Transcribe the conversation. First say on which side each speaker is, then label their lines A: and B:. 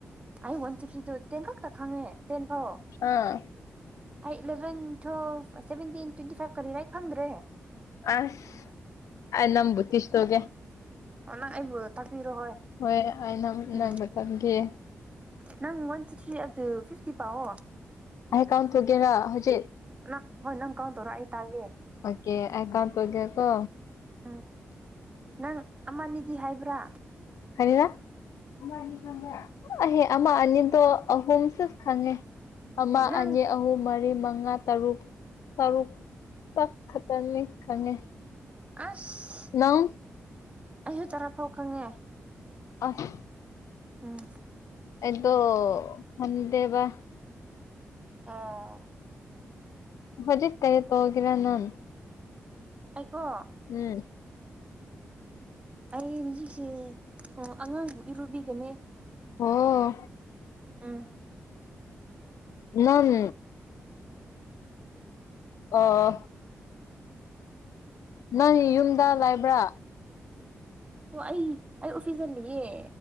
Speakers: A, on the right (about 25°); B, on the left (about 80°).
A: ꯑꯩ ꯋꯥꯟ ꯆꯤꯊ꯭ꯔꯤꯗꯨ ꯇꯦꯟ ꯈꯛꯇ ꯈꯪꯉꯦ ꯇꯦꯟ ꯐꯥꯎ
B: ꯑꯥ
A: eleven twelve seventeen twenty five ꯀꯔꯤꯔꯥ ꯑꯩ ꯈꯪꯗ꯭ꯔꯦ
B: ꯑꯁ ꯑꯩ ꯅꯪꯕꯨꯊꯤꯁ ꯇꯧꯒꯦ
A: ꯑꯣ ꯅꯪ ꯑꯩꯕꯨ ꯇꯥꯛꯄꯤꯔꯣ
B: ꯍꯣꯏ ꯑꯩꯅ
A: ꯎꯝ
B: ꯅꯪꯕꯨ ꯇꯝꯒ
A: ꯅꯪ ꯋꯥꯟ ꯇꯨ ꯊꯔꯤ ꯑꯗꯨ ꯐꯤꯞꯇꯤ ꯄꯋꯣ
B: ꯍꯥꯏ ꯀꯥꯎꯟ ꯊꯨꯒꯦꯔ ꯍꯧꯖꯤꯛ
A: ꯅ ꯍꯣꯏ ꯅꯪ ꯀꯥꯎ ꯇꯧꯔꯣ ꯑꯩꯥꯏ ꯇꯒꯦ
B: ꯑꯣꯀꯦ ꯑꯩ ꯀꯥꯎꯟ ꯇꯧꯒꯦ ꯀꯣ
A: ꯎꯝ ꯅꯪ ꯑꯃꯅꯤꯗꯤ ꯍꯥꯏꯕ꯭ꯔꯥ
B: ꯍꯩꯌꯥ ꯑꯃ ꯑꯅꯤ ꯈꯪꯕꯔ ꯑꯣꯢ ꯑꯃ ꯑꯅꯤꯗꯨ ꯑꯥ ꯑꯍꯨꯝꯁꯨ ꯈꯪꯉꯦ ꯑꯃ
A: ꯑꯦ ꯅꯪ
B: ꯑꯅꯤ ꯑꯍꯨꯝ ꯃꯔꯤ ꯃꯔꯤ ꯃꯉꯥ ꯇꯔꯨꯛ ꯇꯔꯨꯛꯇꯛ ꯈꯛꯇꯪꯅꯦ ꯈꯪꯉꯦ
A: ꯑꯁ
B: ꯅꯪ
A: ꯑꯩꯁꯨ ꯇꯔꯥ ꯐꯥꯎ ꯈꯪꯉꯦ
B: ꯑꯁ
A: ꯎꯝ
B: ꯇꯣ ꯈꯟꯗꯦꯕ
A: ꯑꯣ
B: ꯍꯧꯖꯤꯛ ꯀꯩ ꯇꯧꯒꯔ ꯅꯪ
A: ꯑꯩꯀꯣ
B: ꯎꯝ
A: ꯑꯩ ꯍꯧꯖꯤꯛꯁꯦ ꯑꯉꯥꯡꯕꯨ ꯏꯔꯨꯕꯤꯒꯅꯤ
B: ꯑꯣ
A: ꯎꯝ
B: ꯅꯪ ꯑꯣ ꯅꯪ ꯌꯨꯝꯗ ꯂꯥꯏꯕ꯭ꯔꯥ
A: ꯑꯩ ꯑꯩ ꯑꯣꯐꯤꯁꯇ ꯂꯩꯌꯦ